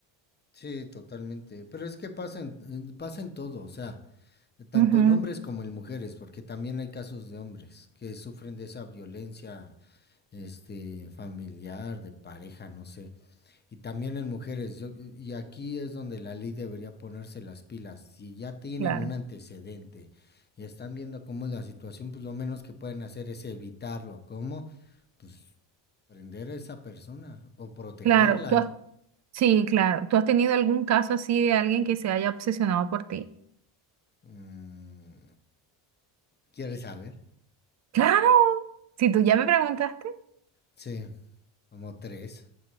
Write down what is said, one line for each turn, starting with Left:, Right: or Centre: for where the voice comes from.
Left: sí, totalmente. Pero es que pasa en, en- pasa en todo, o sea, tanto
Right: Ujú,
Left: en hombres como en mujeres, porque también hay casos de hombres que sufren de esa violencia, este, familiar, de pareja, no sé. Y también en mujeres, yo- y aquí es donde la ley debería ponerse las pilas. Si ya tienen
Right: Claro,
Left: un antecedente y están viendo cómo es la situación, pues lo menos que pueden hacer es evitarlo. ¿Cómo? Pues prender a esa persona o protegerla.
Right: claro. ¿Tú has Sí, claro. ¿Tú has tenido algún caso así de alguien que se haya obsesionado por ti?
Left: Mm, ¿Quieres saber?
Right: Claro. Si tú ya me preguntaste.
Left: Sí, como tres,